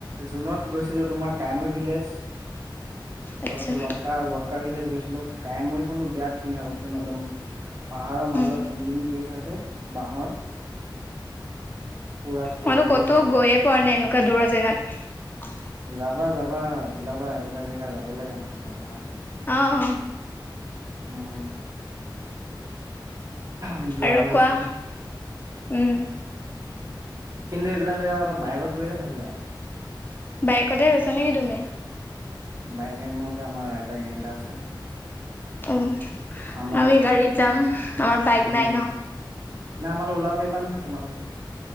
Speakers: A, on the right; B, on the left.
A: জুনত গৈছিলো, তোমাৰ কাইমৈ ভিলেজ
B: আচ্ছা
A: তাৰপিছত ৱাক্ ৱাক্কা ভিলেজ গৈছিলো কাইমখনো বিৰাট ধুনীয়া কৈচোন একদম। পাহাৰৰ
B: উম,
A: মাজত হেংগিং ব্ৰীজ আছে বাঁহৰ। পুৰা কুঁৱলী
B: মইানো ক'তো
A: হৈ থাকে
B: গৈয়ে পোৱা নাই এনেকুৱা দূৰৰ জেগাত।
A: যাবা যাবা ওলাবা এইবিলাক জেগা যাব লাগে মানুহে এবাৰ হ'লেও।
B: আহ।
A: ম মই যোৱাবা
B: আৰু কোৱা
A: গৈছিলো
B: উম
A: কিন্তু এইবিলাক জেগা আকৌ বাইকত গৈহে ভাল লাগে আকৌ
B: বাইকতে গৈছা নেকি তুমি?
A: বাইয়েক এন <unintelligible> আমাৰ ৰাইদাৰ গেং এটা আছে।
B: অৱ,
A: আমাৰ
B: আমি গাড়ীত যাম আমাৰ বাইক
A: উম
B: নাই ন।
A: নাই আমাৰ ওলাবি বা নহয় তোমালোকে!